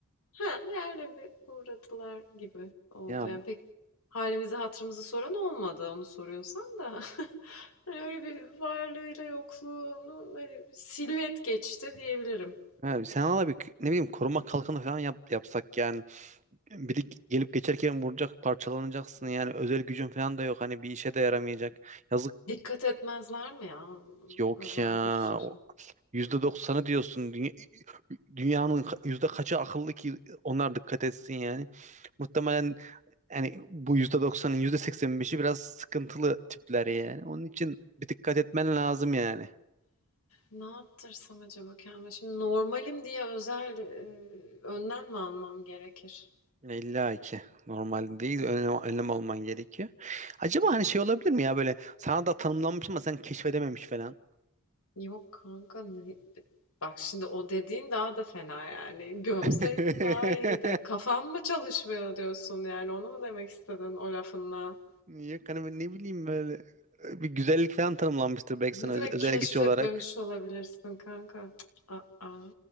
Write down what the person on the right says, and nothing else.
Ya,
ha, sen ala bir ne bileyim koruma kalkanı falan yap, yapsak yani. Biri ge- gelip geçerken vuracak, parçalanacaksın yani. Özel gücün falan da yok. Hani bir işe de yaramayacak. Yazık
yok
ya.
O, yüzde doksanı diyorsun. Dünya, dünyanın ka- yüzde kaçı akıllı ki onlar dikkat etsin yani. Muhtemelen yani bu %90'ın %85'i biraz sıkıntılı tipler yani. Onun için bir dikkat etmen lazım yani.
Ya İlla ki normal değil önlem, önlem alman gerekiyor. Acaba hani şey olabilir mi ya böyle sana da tanımlanmış ama sen keşfedememiş falan.
<laughs>
Yok hani ben ne bileyim böyle bir güzellik falan tanımlanmıştır belki
sana öz-
özel
güç olarak.